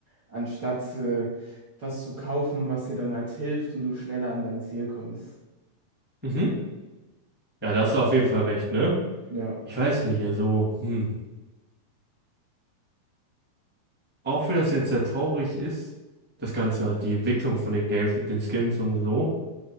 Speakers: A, on the right (about 40°); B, in the centre.
A: anstatt äh, was zu kaufen, was dir dann halt hilft und du schneller an dein Ziel kommst.
B: Mhm. Ja, da hast du auf jeden Fall recht, ne?
A: Ja,
B: Ich weiß nicht, also, hm. Auch wenn das jetzt sehr traurig ist, das Ganze, die Entwicklung von den Games mit den Skins und so.